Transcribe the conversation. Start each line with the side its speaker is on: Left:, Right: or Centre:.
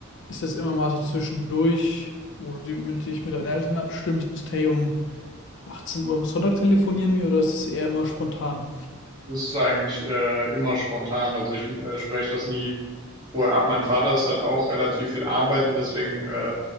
Left: ist das immer mal so zwischendurch, wo du dich mit deinen Eltern abstimmst, hey, um 18 Uhr am Sonntag telefonieren wir oder ist es eher immer spontan?
Right: Das ist eigentlich äh, immer spontan. Also ich äh, spreche das nie vorher ab. Mein Vater ist halt auch relativ viel arbeiten, deswegen äh,